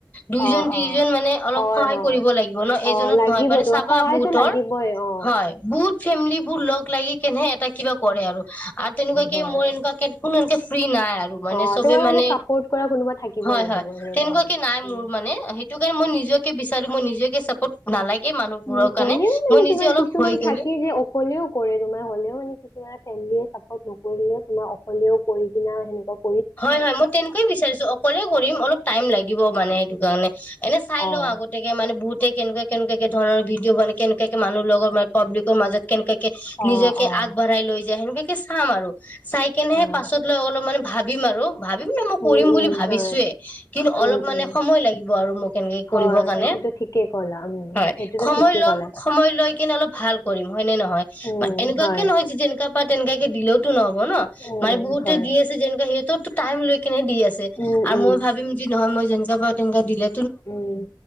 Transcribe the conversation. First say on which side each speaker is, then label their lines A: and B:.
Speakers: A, on the left; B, on the left.
A: দুইজন-
B: অঁ
A: তিনিজন
B: অঁ
A: মানে অলপ
B: হয়
A: সহায়
B: হয়
A: কৰিব লাগিব ন' এজনত
B: অঁ লাগিব
A: নহয় মানে
B: তোমাৰ
A: চাবা
B: সহায়তো
A: বুতৰ
B: লাগিবই অঁ
A: হয় বত <inaudible> ফেমিলী বোৰ লগ লাগি কেনেহে এটা কিবা কৰে আৰু- আৰু তেনেকুৱাকে
B: হয়
A: মইএনেকুৱা কে কোনো এনকে ফ্ৰী নাই আৰু মানে
B: অঁ
A: চবে
B: তোমাৰ
A: মানে
B: ছাপৰ্ট কৰা কোনোবা থাকিব
A: <unintelligible> হয়,
B: লাগিব
A: হয়
B: সেনেকুৱা
A: তেনেকুৱাকে
B: হয়
A: নাই
B: উম
A: মোৰ মানে সেইটো কাৰণে মই নিজকে, বিচাৰো মই নিজকে <unintelligible> ক'ত নালাগে মানুহবোৰৰ
B: উম,
A: কাৰণে
B: হ'লেও মানে
A: মই নিজে
B: তোমাৰ
A: অলপ
B: কিছুমান
A: হৈ গলে
B: থাকে যে অকলেও কৰে তোমাৰ হ'লেও মানে কিছুমান ফেমলিয়ে চাপৰ্ট নকৰিলেও তোমাৰ অকলেও কৰি কিনা আ সেনেকোৱা
A: হয়-হয় মই তেনেকুৱাই বিচাৰিছো অকলেই কৰিম অলপ টাইম লাগিব মানে সেইটো কাৰণে এনে চাই
B: অ',
A: লোৱা আগতিয়াকে মানে বহুতে কেনেকুৱাকে কেনেকুৱাকে কে ধৰণৰ ভিডিঅ বনায় কেনেকুৱাকে মানুহ লগৰ মানে পাবলিকৰ মাজত কেনেকুৱা
B: অ',
A: নিজকে
B: অ',
A: আগবঢ়াই লৈ যায় সেনেকাকে চাম আৰু চাই কেনেহে
B: অ',
A: পাছত লৈ অলপ মানে বিমাৰো ভাবিম ন মই
B: উম,
A: কৰিম
B: উম,
A: বুলি ভাবিছোয়ে
B: হয়,
A: কিন্তু অলপ
B: উম,
A: মানে
B: উম।
A: সময় লাগিব আৰু মোক এনেকে
B: হয়,
A: কৰিব কাৰণে
B: সেইটোতো ঠিকেই ক'লা উম,
A: হয়,
B: সেইটোতো
A: সময়
B: ঠিকেই
A: লম
B: ক'লা
A: সময় লৈ কিনে অলপ ভাল কৰিম হয়নে নহয়
B: উম,
A: এনেকুৱাক
B: হয়।
A: কেে নহয় যেনেককা পা তেনেকাকে দিলেওতো নহব ন
B: উম,
A: মানে বহুতে
B: হয়,
A: দি আছে যেনেকুৱা সিহঁত তো টাইম লৈ কেনে দি আছে
B: উম,
A: আৰু
B: উম।
A: মই ভাবিলোঁ যে নহয় মই যেনেকা পাওঁ তেনকে দিলে
B: উম,